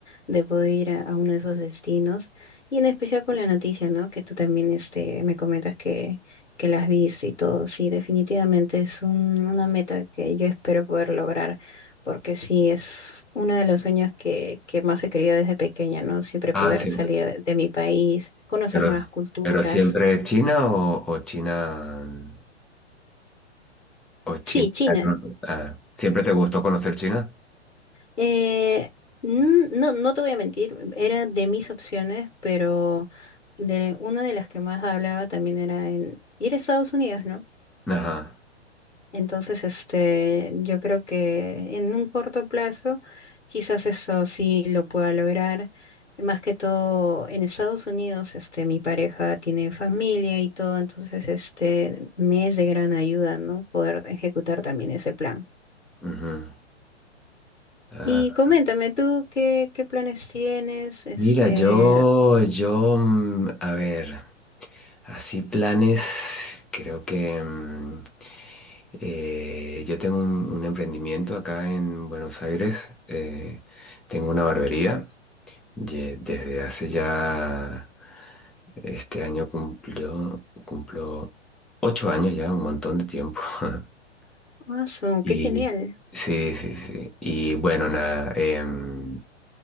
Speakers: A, on the left; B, in the centre.
A: de poder ir a, a uno de esos destinos y en especial con la noticia, ¿no? Que tú también este, me comentas que, que la has visto y todo. Sí, definitivamente es un- una meta que yo espero poder lograr porque sí, es uno de los sueños que, que más he querido desde pequeña, ¿no? Siempre poder
B: Ah, sí,
A: salir de, de mi país, conocer
B: pero,
A: nuevas culturas.
B: pero siempre China o, o China. O China.
A: Sí, China.
B: ¿no? Ah, ¿siempre te gustó conocer China?
A: Eh, n- no, no te voy a mentir, era de mis opciones, pero de una de las que más hablaba también era en ir a Estados Unidos, ¿no?
B: Ajá.
A: Entonces, este, yo creo que en un corto plazo, quizás eso sí lo pueda lograr. Más que todo, en Estados Unidos, este, mi pareja tiene familia y todo, entonces, este, me es de gran ayuda, ¿no? Poder ejecutar también ese plan.
B: ujú. Ah,
A: Y coméntame tú qué, qué planes tienes, este,
B: mira, yo, yo, mm, a ver, así planes, creo que mm, eh, yo tengo un, un emprendimiento acá en Buenos Aires, eh, tengo una barbería, ye- desde hace ya, este año cumplió, cumplo ocho años ya, un montón de tiempo. <laughs>
A: Mazo,
B: Y
A: qué genial.
B: sí, sí, sí. Y bueno, nada, em,